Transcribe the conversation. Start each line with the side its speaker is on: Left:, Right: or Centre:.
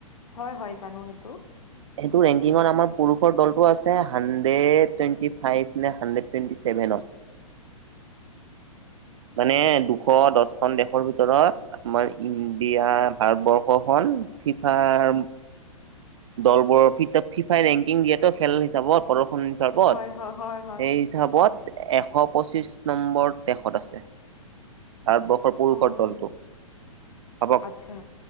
Left: হয় হয় জানো সেইটো।
Right: সেইটো ৰেংকিঙত আমাৰ পুৰুষৰ দলটো আছে। হাণ্ড্ৰেড টুৱেণ্টি ফাইভ নে হাণ্ড্ৰেড টুৱেণ্টি চছেভেনত। মানে দুশ দহখন দেশৰ ভিতৰত, আমাৰ ইণ্ডিয়া ভাৰতবৰ্ষখন ফিফাৰ- দলবোৰৰ ফিফাই ৰেংকিং দিয়েতো খেল হিচাপত প্ৰদৰ্শনী হিচাপত।
Left: হয় হয় হয় হয়
Right: সেই- ধাবত এশ পঁচিশ নম্বৰত দেশত আছে, ভাৰতবৰ্ষ হ পুৰুষৰ
Left: হয়
Right: দলটো। ভাবক-
Left: আচ্ছা